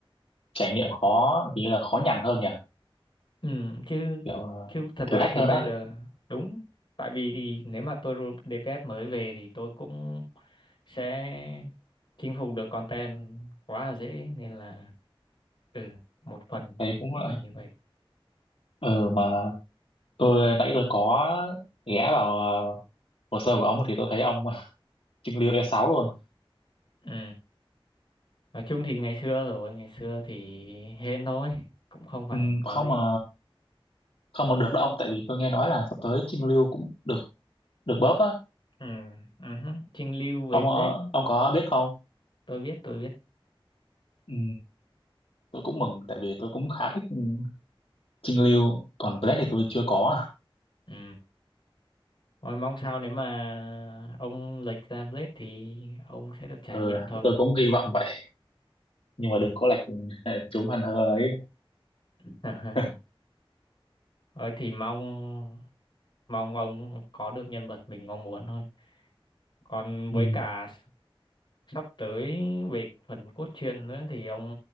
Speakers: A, on the left; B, on the left.
A: trải nghiệm khó nghĩa là khó nhằn hơn nhỉ
B: ừ, chứ
A: kiểu ờ,
B: chứ thật ra
A: thử thách
B: thì
A: hơn
B: bây
A: á
B: giờ đúng tại vì thì nếu mà tôi roll DPS mới về thì tôi cũng sẽ chinh phục được content quá là dễ nên là ừ một phần
A: đấy cũng
B: cũng
A: là
B: là như vậy
A: ừ mà tôi nãy tôi có ghé vào ờ, hồ sơ của ông thì tôi thấy ông <laughs> Trưng Lưu E6 luôn
B: ừ nói chung thì ngày xưa rồi ngày xưa thì hên thôi cũng không phải
A: ừ,
B: có
A: không
B: gì
A: mà không mà được đó ông tại vì tôi nghe nói là sắp tới Trinh Lưu cũng được được bóp á
B: ừ uh Trinh Lưu với
A: ông
B: Blade
A: ờ, ông có biết không
B: tôi biết tôi biết
A: ừ, tôi cũng mừng tại vì tôi cũng khá thích ừ, Trinh Lưu còn Black thì tôi chưa có
B: ừ Thôi mong sao nếu mà ông lệch ra Blade thì ông sẽ được trải
A: ừ,
B: nghiệm thôi
A: tôi cũng hy vọng vậy nhưng mà đừng có lệch ừ, chúng hẳn hơ ấy
B: <laughs>
A: <laughs>
B: Thôi thì mong mong ông có được nhân vật mình mong muốn thôi. Còn
A: ừ,
B: với cả sắp tới về phần cốt truyện nữa thì ông